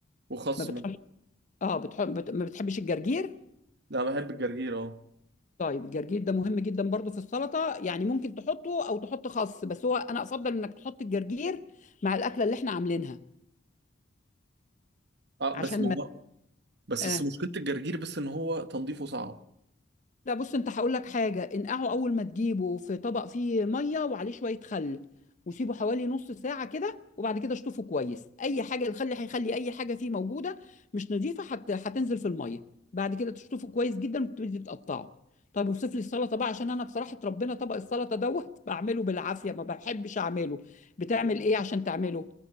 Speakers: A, on the right; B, on the left.
A: وخس
B: ما بتحبش
A: ممكن
B: اه بتحب بت... ما بتحبش الجرجير
A: لا بحب الجرجير اه
B: طيب الجرجير ده مهم جدا برضو في السلطه يعني ممكن تحطه او تحط خس بس هو انا افضل انك تحط الجرجير مع الاكله اللي احنا عاملينها
A: اه
B: عشان
A: بس ما هو
B: ما
A: بس
B: آه.
A: بس مشكلة الجرجير بس ان هو تنظيفه صعب
B: لا بص انت هقول لك حاجه انقعه اول ما تجيبه في طبق فيه ميه وعليه شويه خل وسيبه حوالي نص ساعه كده وبعد كده اشطفه كويس اي حاجه الخل هيخلي اي حاجه فيه موجوده مش نظيفه هت... هتنزل في الميه بعد كده تشطفه كويس جدا وتبتدي تقطعه طب وصف لي السلطه بقى عشان انا بصراحه ربنا طبق السلطه دوت <laughs> بعمله بالعافيه ما بحبش اعمله بتعمل ايه عشان تعمله